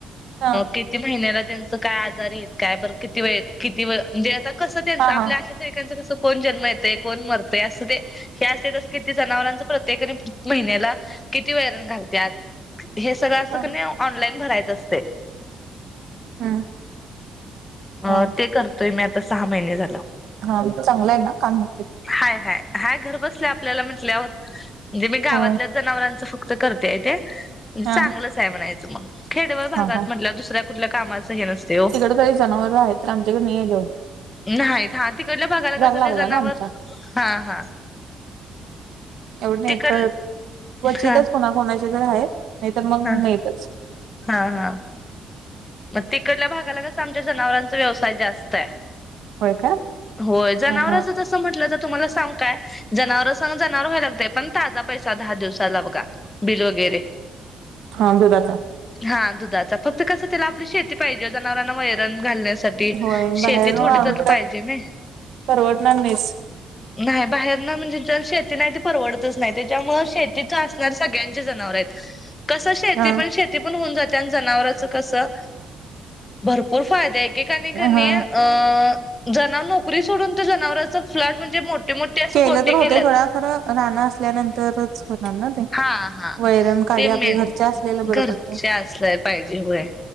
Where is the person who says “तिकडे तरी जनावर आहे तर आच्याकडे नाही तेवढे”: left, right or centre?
Right